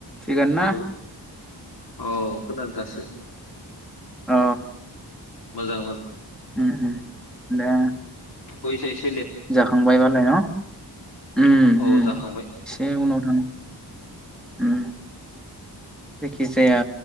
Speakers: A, in the centre; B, on the left (about 70°).
A: थिगानो
B: हेलौ
A: ना
B: औ खोनादों दासो
A: अ
B: मोजां मोजां
A: उम उम दे
B: <unintelligible>
A: जाखांबायबालाय ना उम
B: औ
A: उम
B: जाखांबाय
A: इसे उनाव थांनि उम जायखि जाया